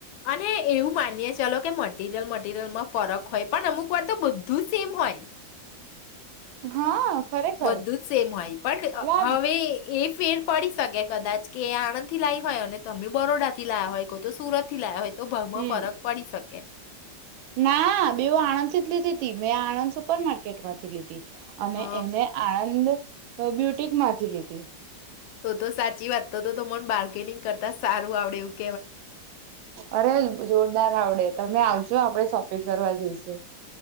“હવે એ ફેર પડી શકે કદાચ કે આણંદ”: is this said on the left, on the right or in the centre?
Left